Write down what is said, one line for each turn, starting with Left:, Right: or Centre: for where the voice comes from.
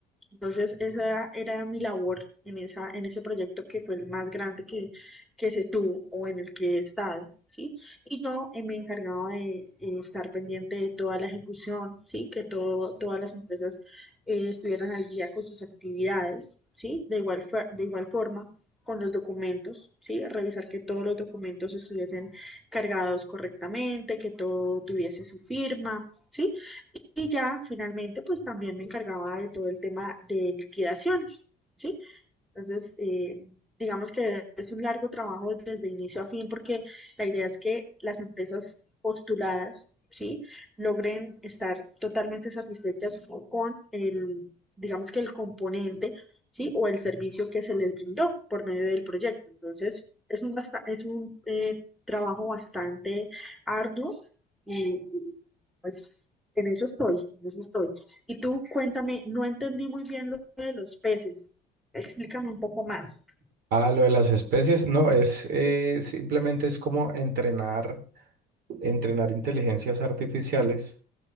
Centre: Entonces, esa era mi labor en esa, en ese proyecto que fue el más grande que, que se tuvo o en el que he estado, ¿sí? Y yo eh, me encargaba de eh, estar pendiente de toda la ejecución, ¿sí? Que todo, todas las empresas eh, estuvieran al día con sus actividades, ¿sí? De igual, fa- de igual forma con los documentos, ¿sí? Revisar que todos los documentos estuviesen cargados correctamente, que todo tuviese su firma, ¿sí? Y ya finalmente, pues también me encargaba de todo el tema de liquidaciones, ¿sí? Entonces, eh, digamos que es un largo trabajo desde inicio a fin, porque la idea es que las empresas postuladas, ¿sí? logren estar totalmente satisfechas con el, digamos que el componente, ¿sí? o el servicio que se les brindó por medio del proyecto. Entonces, es un, basta- es un eh, trabajo bastante arduo y pues en eso estoy, en eso estoy. Y tú cuéntame, no entendí muy bien lo de los peces. Explícame un poco más.
Right: Ah, lo de las especies, no, es eh, simplemente es como entrenar, entrenar inteligencias artificiales